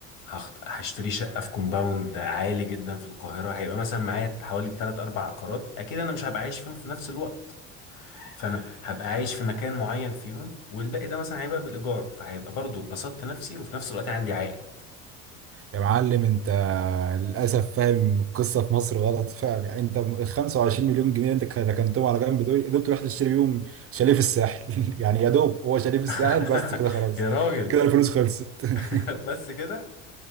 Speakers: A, on the left; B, on the right.
A: هخت... هشتري شقة في كومباوند عالي جدا في القاهرة هيبقى مثلا معايا حوالي 3 4 عقارات اكيد انا مش هبقى عايش فيهم في نفس الوقت فانا هبقى عايش في مكان معين فيهم والباقي ده مثلا هيبقى بالايجار فهيبقى برضو بسطت نفسي وفي نفس الوقت عندي عائد
B: يا معلم انت للاسف فاهم القصه في مصر غلط فعلا يعني انت ال 25 مليون جنيه انت ركنتهم على جنب دول يا دوب تروح تشتري بيهم شاليه في الساحل <laughs> يعني يا دوب هو شاليه في الساحل
A: <laughs>
B: بس كده خلاص
A: يا راجل
B: كده الفلوس خلصت
A: <laughs>
B: <laughs>
A: بس كده